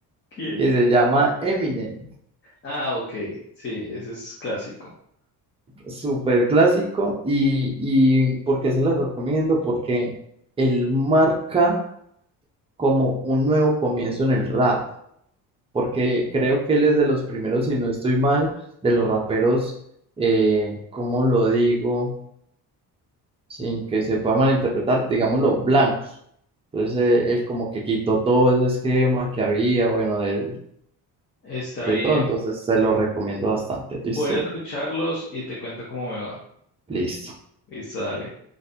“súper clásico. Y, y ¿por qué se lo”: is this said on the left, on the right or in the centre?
Right